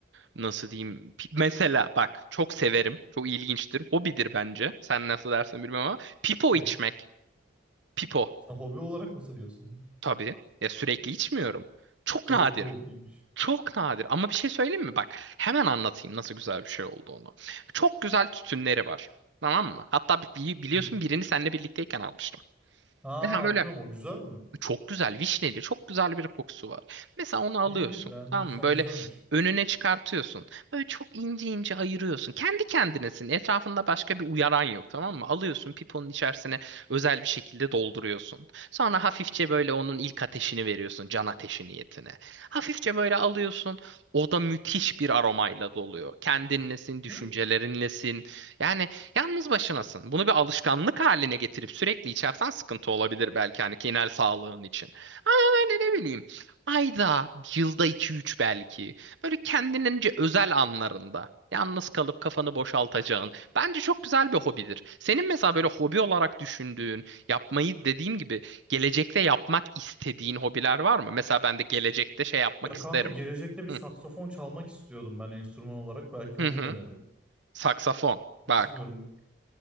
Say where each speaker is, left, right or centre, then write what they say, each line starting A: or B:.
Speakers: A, on the right (about 70°); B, in the centre.
A: nasıl diyeyim. Pi- Mesela bak çok severim. Çok ilginçtir. Hobidir bence. Sen nasıl dersin bilmem ama. Pipo
B: Hı.
A: içmek. Pipo.
B: Sen hobi olarak mı sayıyorsun onu?
A: Tabii. Ya sürekli içmiyorum. Çok
B: Garip
A: nadir.
B: bir hobiymiş.
A: Çok nadir ama bir şey söyleyeyim mi? Bak hemen anlatayım nasıl güzel bir şey olduğunu. Çok güzel tütünleri var. Tamam mı? Hatta bi- biliyorsun
B: Hı hı.
A: birini seninle birlikteyken almıştım.
B: Ha
A: Mesela
B: hatırlıyorum
A: böyle
B: o güzel mi?
A: çok güzel vişneli çok güzel bir kokusu var. Mesela onu alıyorsun
B: İyi iyi beğendiysen
A: tamam mı? Böyle
B: güzelmiş.
A: önüne çıkartıyorsun. Böyle çok ince ince ayırıyorsun. Kendi kendinesin. Etrafında başka bir uyaran yok tamam mı? Alıyorsun piponun içerisine özel bir şekilde dolduruyorsun. Sonra hafifçe böyle onun ilk ateşini veriyorsun can ateşi niyetine. Hafifçe böyle alıyorsun. O da müthiş bir aromayla doluyor. Kendinlesin, düşüncelerinlesin.
B: Hı?
A: Yani Yalnız başınasın. Bunu bir alışkanlık haline getirip sürekli içersen sıkıntı olabilir belki hani genel sağlığın için. Ama böyle ne bileyim ayda, yılda iki üç belki. Böyle kendinince özel anlarında. Yalnız kalıp kafanı boşaltacağın. Bence çok güzel bir hobidir. Senin mesela böyle hobi olarak düşündüğün, yapmayı dediğim gibi gelecekte yapmak istediğin hobiler var mı? Mesela ben de gelecekte şey yapmak
B: Ya
A: isterim.
B: kanka gelecekte bir
A: Hı
B: saksafon çalmak istiyordum ben enstrüman olarak. Belki
A: hı.
B: onu
A: hı.
B: denerim.
A: Saksafon.
B: Düşünüyorum.
A: Bak.